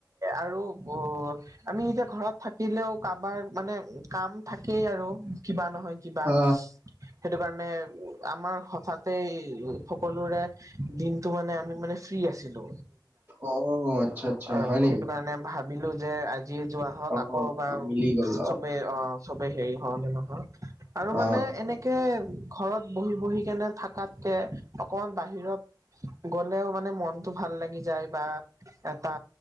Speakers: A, on the right; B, on the right.
A: আৰু গ আমি এতিয়া ঘৰত থাকিলেও কাৰোবাৰ মানে কাম থাকেই আৰু কিবা নহয় কিবা
B: আ
A: সেইটো কাৰণে আমাৰ হঠাতে সকলোৰে দিনটো মানে আমি মানে ফ্ৰী আছিলো
B: অ আচ্ছা আচ্ছা
A: অ
B: হয় নেকি?
A: সেইটো কাৰণে ভাবিলো যে যিয় যোৱা হওঁক
B: অ'
A: আকৌ বাৰ
B: মিলি গ'ল
A: চবেই অ চবে হেৰি হওঁ নে নহক আৰু
B: অ',
A: মানে
B: অ'
A: এনেকে ঘৰত বহি বহি কেনে থকাতকে অকমান বাহিৰত গ'লেও মানে মনটো ভাল লাগি যায় বা এটা